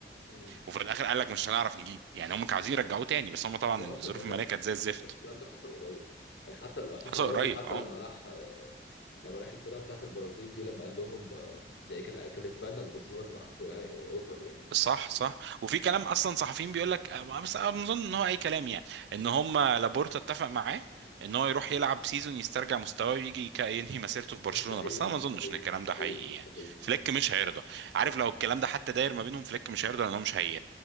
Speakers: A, on the left; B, on the right.
A: مم.
B: وفي الاخر قال لك مش هنعرف نجيب يعني هم كانوا عايزين يرجعوه تاني بس هم طبعا
A: واصلا
B: الظروف
A: ده كان
B: الماليه كانت زي الزفت
A: الكلام ده حصل قريب يعني حتى حصل
B: حصل
A: قريب
B: قريب
A: حتى
B: اه
A: لما راح آه، لما راح الفرقه بتاعت البرازيل دي لما قال لهم آه، ده كان كان يتمنى ان برشلونه تبعت له يعني اوفر يعني
B: صح صح وفي كلام اصلا صحفيين بيقول لك بس انا بظن ان هو اي كلام يعني ان هم لابورتا اتفق معاه ان هو يروح يلعب سيزون يسترجع مستواه ويجي يك- ينهي مسيرته في برشلونه
A: مستحيل
B: بس انا ما
A: مستحيل
B: اظنش ان الكلام
A: مستحيل
B: ده حقيقي
A: مستحيل
B: يعني فليك مش هيرضى عارف لو الكلام ده حتى داير ما بينهم فليك مش هيرضى لان هو مش هي